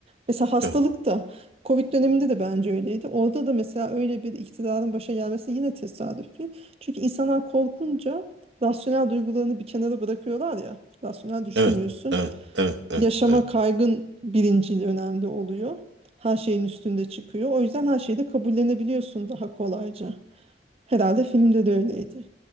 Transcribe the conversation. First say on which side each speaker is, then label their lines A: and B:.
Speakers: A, on the right (about 35°); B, on the right (about 85°).
A: Mesela hastalık
B: Evet,
A: da Covid döneminde de bence öyleydi. Orada da mesela öyle bir iktidarın başa gelmesi yine tesadüf değil. Çünkü insanlar korkunca rasyonel duygularını bir kenara bırakıyorlar ya. Rasyonel düşünmüyorsun
B: evet, evet, evet, evet,
A: yaşama
B: evet,
A: kaygın birincil önemli oluyor. Her şeyin üstünde çıkıyor. O yüzden her şeyi de kabullenebiliyorsun daha kolayca. Herhalde filmde de öyleydi.